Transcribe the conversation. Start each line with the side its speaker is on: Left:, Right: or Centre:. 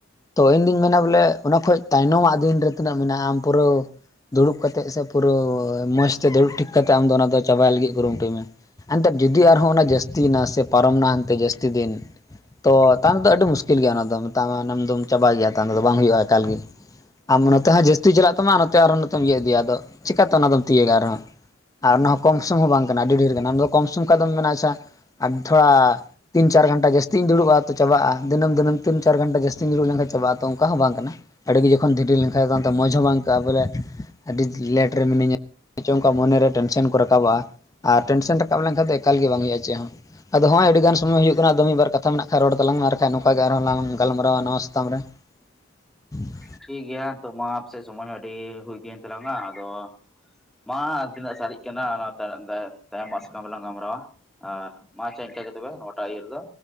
Left: ᱛᱚ ᱤᱧ ᱫᱩᱧ ᱢᱮᱱᱟ ᱵᱚᱞᱮ ᱚᱱᱟ ᱠᱷᱚᱡ ᱛᱟᱭᱱᱚᱢᱟᱜ ᱫᱤᱱ ᱨᱮ ᱛᱤᱱᱟᱹᱜ ᱢᱮᱱᱟᱜᱼᱟ ᱟᱢ ᱯᱩᱨᱟᱹ ᱫᱩᱲᱩᱵ ᱠᱟᱛᱮᱫ ᱥᱮ ᱯᱩᱨᱟᱹ ᱢᱚᱸᱡᱽᱛᱮ ᱫᱩᱲᱩᱵ ᱴᱷᱤᱠ ᱠᱟᱛᱮᱫ ᱟᱢᱫᱚ ᱚᱱᱟ ᱪᱟᱵᱟᱭ ᱞᱟᱹᱜᱤᱫ ᱠᱩᱨᱩᱢᱩᱴᱩᱭ ᱢᱮ᱾ ᱮᱱᱛᱮᱫ ᱡᱩᱫᱤ ᱟᱨᱦᱚᱸ ᱚᱱᱟ ᱡᱟᱹᱥᱛᱤᱭᱱᱟ ᱥᱮ, ᱯᱟᱨᱚᱢᱱᱟ ᱦᱟᱱᱛᱮ ᱡᱟᱹᱥᱛᱤ ᱫᱤᱱ ᱛᱚ ᱛᱟᱭᱚᱢ ᱫᱚ ᱟᱹᱰᱤ ᱢᱩᱥᱠᱤᱞ ᱜᱮᱭᱟ ᱚᱱᱟᱫᱚ ᱢᱮᱛᱟᱜ ᱢᱮ ᱚᱱᱟᱫᱚᱢ, ᱪᱟᱵᱟᱭ ᱜᱮᱭᱟ ᱛᱟᱭᱚᱢ ᱛᱮᱫᱚ ᱵᱟᱝ ᱦᱩᱭᱩᱜᱼᱟ ᱮᱠᱟᱞ ᱜᱮ ᱟᱢ ᱱᱚᱛᱮ ᱦᱚᱸ ᱡᱟᱹᱥᱛᱤ ᱪᱟᱞᱟᱜ ᱛᱟᱢᱟ ᱱᱚᱛᱮ ᱟᱨᱦᱚᱸ, ᱤᱭᱟᱹ ᱤᱫᱤᱭᱟ ᱟᱫᱚ ᱪᱮᱠᱟᱛᱮ ᱚᱱᱟᱫᱚᱢ ᱛᱤᱭᱟᱹᱜᱟ ᱟᱨᱦᱚᱸ, ᱟᱨ ᱚᱱᱟ ᱦᱚᱸ ᱠᱚᱢ ᱥᱚᱢ ᱦᱚᱸ ᱵᱟᱝ ᱠᱟᱱᱟ ᱟᱹᱰᱤ ᱰᱷᱮᱨ ᱠᱟᱱᱟ, ᱚᱱᱟ ᱫᱚ ᱠᱚᱢ ᱥᱚᱢ ᱠᱷᱟᱱ ᱫᱚᱢ ᱢᱮᱱᱟ ᱟᱪᱷᱟ ᱛᱷᱚᱲᱟ, ᱛᱤᱱ ᱪᱟᱨ ᱜᱟᱱᱴᱟ ᱡᱟᱹᱥᱛᱤᱧ ᱫᱩᱲᱩᱵᱼᱟ ᱛᱚ ᱪᱟᱵᱟᱜᱼᱟ ᱫᱤᱱᱟᱹᱢ ᱫᱤᱱᱟᱹᱢ ᱛᱤᱱ ᱪᱟᱨ ᱜᱷᱴᱟ ᱡᱟᱹᱥᱛᱤᱧ ᱫᱩᱲᱩᱵ ᱞᱮᱱᱟᱱ ᱪᱟᱵᱟᱜᱼᱟ ᱛᱚ ᱚᱱᱠᱟ ᱦᱚᱸ ᱵᱟᱝ ᱠᱟᱱᱟ᱾ ᱟᱹᱰᱤᱜᱮ ᱡᱚᱠᱷᱚᱱ ᱫᱷᱤᱨᱤ ᱞᱮᱱᱠᱷᱟᱱ ᱛᱚ ᱢᱚᱸᱡᱽ ᱦᱚᱸ ᱵᱟᱝ ᱟᱹᱭᱠᱟᱹᱜᱼᱟ ᱵᱚᱞᱮ ᱟᱹᱰᱤ ᱞᱮᱴ ᱨᱮ ᱢᱤᱱᱟᱹᱧᱟ᱾ ᱪᱚᱝ ᱚᱱᱠᱟ ᱢᱚᱱᱮᱨᱮ ᱴᱮᱱᱥᱮᱱ ᱠᱚ ᱨᱟᱠᱟᱵᱚᱜᱼᱟ ᱟᱨ ᱴᱮᱱᱥᱮᱱ ᱨᱟᱠᱟᱵ ᱞᱮᱱᱠᱷᱟᱱ ᱫᱚ ᱮᱠᱟᱞ ᱜᱮ ᱵᱟᱝ ᱦᱩᱭᱩᱜᱼᱟ ᱪᱮᱫ ᱦᱚᱸ᱾ ᱟᱫᱚ ᱦᱚᱸᱜ ᱚᱭ ᱟᱹᱰᱤ ᱜᱟᱱ ᱥᱚᱢᱚᱭ ᱦᱩᱭᱩᱜ ᱠᱟᱱᱟ ᱟᱫᱚ ᱢᱤᱫ ᱵᱟᱨ ᱠᱟᱛᱷᱟ ᱢᱮᱱᱟᱜ ᱠᱷᱟᱱ ᱨᱚᱲ ᱛᱟᱞᱟᱝ ᱢᱮ ᱟᱨᱠᱷᱟᱡ ᱱᱚᱝᱠᱟ ᱜᱮ ᱟᱨᱦᱚᱸ ᱞᱟᱝ ᱜᱟᱞᱢᱟᱨᱟᱣᱟ ᱱᱟᱣᱟ ᱥᱟᱛᱟᱢ ᱨᱮ᱾ <unintelligible>
Centre: ᱴᱷᱤᱠᱜᱮᱭᱟ ᱛᱳ ᱢᱟ ᱟᱯ ᱥᱮ ᱥᱚᱢᱚᱭ ᱦᱚᱸ ᱟᱹᱰᱤ ᱦᱩᱭ ᱤᱫᱤᱭᱮᱱ ᱛᱟᱞᱟᱝᱟ ᱟᱫᱚ, ᱢᱟ ᱟᱨ ᱛᱤᱱᱟᱹᱜ ᱥᱟᱨᱮᱡ ᱠᱟᱱᱟ ᱚᱱᱟ ᱛᱟᱭᱚᱢ ᱛᱟᱭᱚᱢᱟᱜ ᱥᱟᱠᱟᱢ ᱨᱮᱞᱟᱝ ᱜᱟᱞᱢᱟᱨᱟᱣᱟ᱾ ᱟᱨ ᱢᱟ ᱟᱪᱪᱷᱟ ᱤᱱᱠᱟᱹ ᱜᱮ ᱛᱚᱵᱮ ᱱᱚᱣᱟᱴᱟᱜ ᱤᱭᱟᱹ ᱨᱮᱫᱚ,